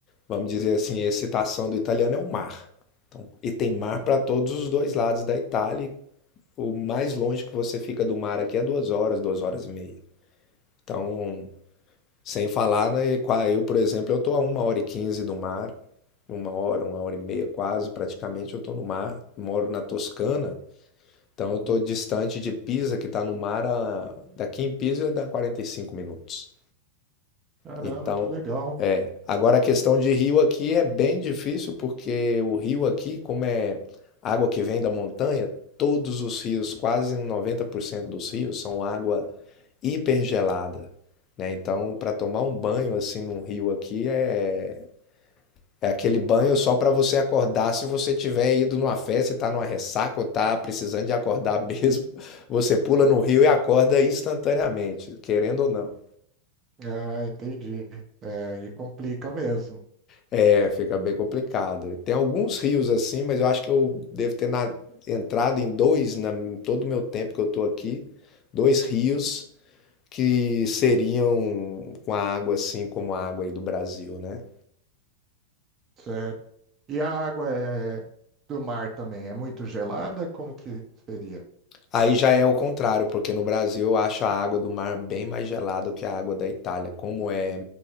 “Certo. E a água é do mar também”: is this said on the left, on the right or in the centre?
Right